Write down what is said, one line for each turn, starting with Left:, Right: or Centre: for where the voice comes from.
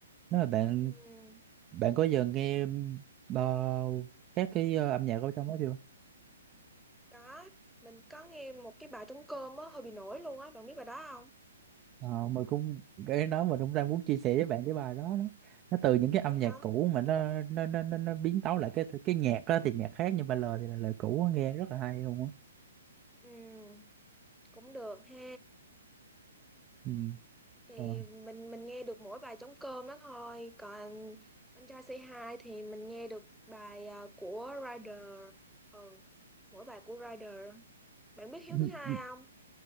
Right: nếu mà bạn
Centre: Ừm,
Right: Bạn có giờ nghe ờ, các cái ờ, âm nhạc ở trong đó chưa?
Centre: có mình có nghe một cái bài trống cơm á hơi bị nổi luôn á bạn biết bài đó không
Right: Ờ, mình cũng cái đó mình cũng đang muốn chia sẻ với bạn cái bài đó đó. Nó từ những cái âm
Centre: vậy
Right: nhạc
Centre: hả
Right: cũ mà nó nó nó nó, nó biến tấu lại cái cái nhạc đó thì nhạc khác nhưng mà lời thì là lời cũ á, nghe rất là hay luôn á.
Centre: Ừm, cũng được ha
Right: Ừ.
Centre: thì
Right: Ờ.
Centre: mình mình nghe được mỗi bài trống cơm đó thôi còn anh trai Say Hi thì mình nghe được bài ờ, của Rider ừ mỗi bài của Rider bạn biết Hiếu
Right: <laughs>
Centre: thứ hai không